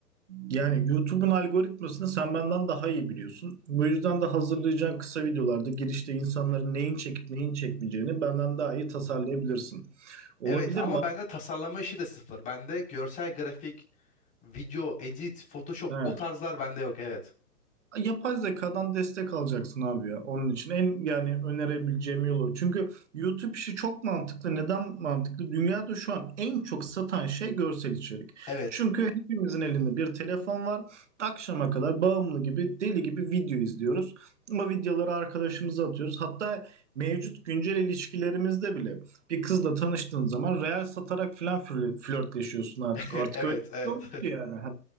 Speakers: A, on the right; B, on the left.
A: Yani YouTube'un algoritmasını sen benden daha iyi biliyorsun. Bu yüzden de hazırlayacağın kısa videolarda girişte insanların neyin çekip neyin çekmeyeceğini benden daha iyi tasarlayabilirsin. Olabilir
B: Evet ama
A: mi?
B: bende tasarlama işi de sıfır. Bende görsel grafik, video, edit, Photoshop
A: He.
B: o tarzlar bende yok. Evet.
A: Yapay zekadan destek alacaksın abi ya onun için. En yani önerebileceğim yolu. Çünkü YouTube işi çok mantıklı. Neden mantıklı? Dünyada şu an en çok satan şey görsel içerik.
B: Evet.
A: Çünkü hepimizin elinde bir telefon var. Akşama kadar bağımlı gibi, deli gibi video izliyoruz. Ama videoları arkadaşımıza atıyoruz. Hatta mevcut güncel ilişkilerimizde bile bir kızla tanıştığın zaman reel satarak falan flörtleşiyorsun artık.
B: <laughs> Evet,
A: Artık öyle bir
B: evet.
A: şey olmuştu yani. Ha.